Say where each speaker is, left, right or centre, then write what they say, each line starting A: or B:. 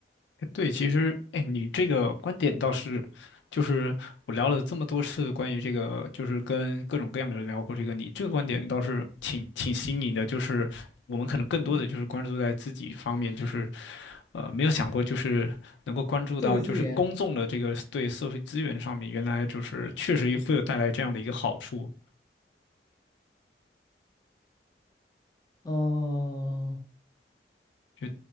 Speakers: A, on the left; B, on the left.
A: 哎对，其实，哎，你这个观点倒是，就是我聊了这么多次关于这个，就是跟各种各样的人聊过这个，你这个观点倒是挺挺新颖的，就是我们可能更多的就是关注在自己方面，
B: 嗯，
A: 就是呃没有想过就是能够关注到就是公众的这个对社会资源上面，
B: 社会资源，
A: 原来就是确实会有带来这样的一个好处，
B: 哦，
A: 就